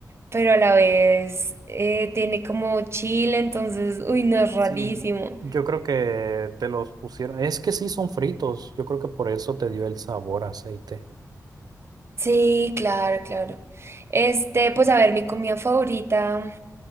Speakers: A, on the right (about 40°); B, on the right (about 90°).
A: pero a la vez eh, tiene como chile, entonces, uy, no es
B: Sí,
A: rarísimo.
B: yo creo que te los pusieron, es que sí son fritos, yo creo que por eso te dio el sabor a aceite.
A: Sí, claro, claro. Este, pues a ver, mi comida favorita